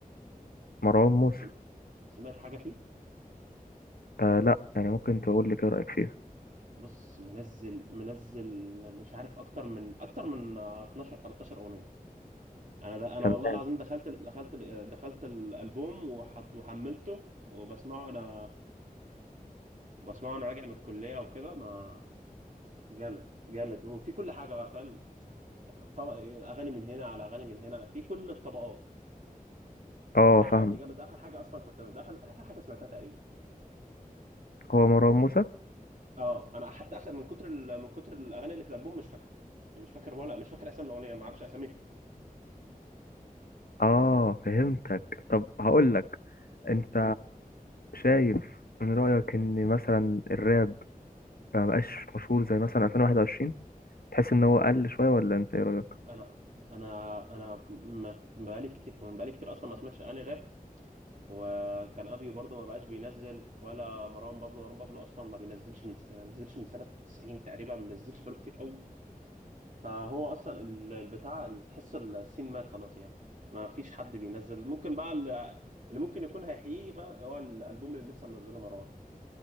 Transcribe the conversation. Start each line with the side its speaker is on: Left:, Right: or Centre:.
Left: مروان موسى
Right: سم... سمعت حاجه فيه
Left: آه لا يعني ممكن تقول لي كده رايك فيه
Right: بص منزل منزل مش عارف اكتر من اكتر من آه، 12 13 اغنيه انا ده انا
Left: تمام
Right: والله العظيم دخلت ال- دخلت ال- دخلت الالبوم وحط وحملته وبسمعه انا بسمعه وانا راجع من الكليه وكده ما جامد جامد وفي كل حاجه بقى فاهم طب... اغاني من هنا على اغاني من هنا في كل الطبقات
Left: اه
Right: فده عجبني
Left: فاهم
Right: جامد ده اخر حاجه اصلا كنت ده اخر اخر حاجه سمعتها تقريبا
Left: هو مروان موسى
Right: اه انا حتى اخر من كتر ال... من كتر الاغاني اللي في الالبوم مش فاكره يعني مش فاكر ولا مش فاكر اسامي الاغنيه ما اعرفش اساميها
Left: اه فهمتك طب هقول لك انت
Right: أمم.
Left: شايف من رأيك ان مثلا الراب ما بقاش مشهور زي مثلا 2021 تحس ان هو قل شوية ولا انت ايه رأيك
Right: انا انا انا ما بقالي كتير كمان بقالي كتير اصلا ما سمعتش اغاني راب وكان ابيو برضو ما بقاش بينزل ولا مروان بابلو مروان بابلو اصلا ما بينزلش من ما بينزلش من سنه 90 تقريبا ما بينزلش بقاله كتير قوي فهو اصلا ال- البتاع تحس السين مات خلاص يعني ما فيش حد بينزل ممكن بقى اللي اللي ممكن يكون هيحييه بقى هو الالبوم اللي لسه منزله مروان